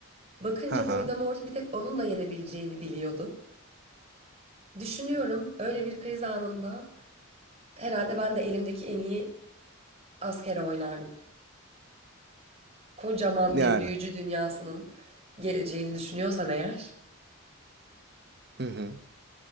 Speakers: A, on the right; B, on the right.
A: bakınca
B: Ha ha.
A: Voldemort'u bir tek onun da yenebileceğini biliyordu. Düşünüyorum öyle bir kriz anında herhalde ben de elimdeki en iyi askere oynardım. Kocaman
B: Yani.
A: bir büyücü dünyasının geleceğini düşünüyorsam eğer
B: Hı hı.